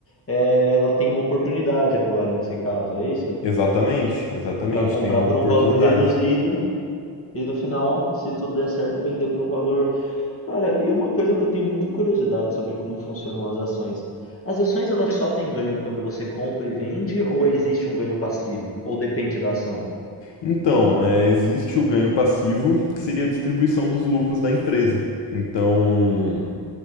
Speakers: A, on the left (about 30°); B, on the left (about 80°).
A: eh, ela tem uma oportunidade agora, nesse caso, é isso?
B: Exatamente, exatamente,
A: Para comprar
B: tem uma
A: por
B: oportunidade.
A: um valor reduzido e no final, se tudo der certo, vender por um valor. Cara, e uma coisa que eu tenho muita curiosidade sobre como funcionam as ações. As ações elas só têm ganho quando você compra e vende, ou existe um ganho passivo? Ou depende da ação?
B: Então, é, existe o ganho passivo, que seria a distribuição dos lucros da empresa. Então,